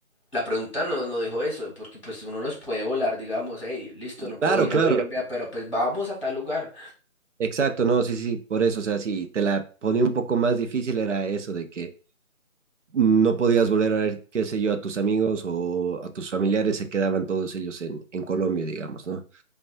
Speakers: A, on the left (about 20°); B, on the right (about 60°).
A: la pregunta no, no dijo eso, porque pues uno los puede volar, digamos, hey, listo, no
B: Claro,
A: puedo ir
B: claro.
A: a Colombia, pero pues vamos a tal lugar.
B: Exacto, no, sí, sí, por eso, o sea, si te la ponía un poco más difícil era eso de que no podías volver a ver, qué sé yo, a tus amigos o a tus familiares, se quedaban todos ellos en, en Colombia, digamos, ¿no?